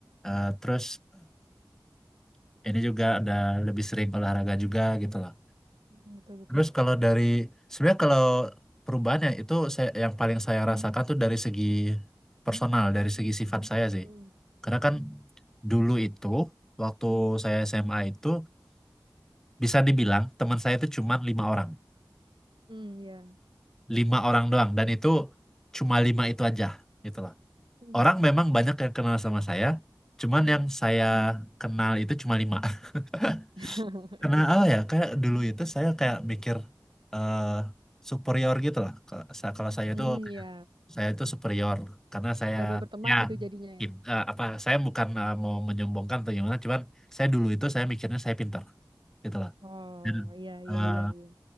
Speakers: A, in the centre; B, on the right.
A: Ah, terus <clears throat> ini juga ada lebih sering olahraga juga gitu loh
B: Hmm, betul betul.
A: terus kalau dari sebenarnya kalau perubahannya itu saya, yang paling saya rasakan tuh dari segi personal dari segi sifat saya sih
B: Hmm,
A: karena kan dulu itu waktu saya SMA itu bisa dibilang teman saya itu cuma lima orang
B: hmm, iya.
A: lima orang doang dan itu cuma lima itu aja gitu loh
B: Hmm,
A: orang memang banyak yang kenal sama saya cuman yang saya kenal itu cuma lima <laughs>
B: <laughs>
A: Karena
B: Iya.
A: apa ya? Kayak dulu itu saya kayak mikir eh superior gitu lah. Kalau sa- kalau saya
B: hmm,
A: itu kayak,
B: iya.
A: saya itu superior karena saya
B: Gak mau berteman
A: ya
B: gitu jadinya
A: pin-
B: ya.
A: eh, apa saya bukan eh, mau menyombongkan atau gimana, cuman saya dulu itu saya mikirnya saya pintar gitu lah.
B: Oh,
A: Dan
B: iya iya
A: eh,
B: iya iya.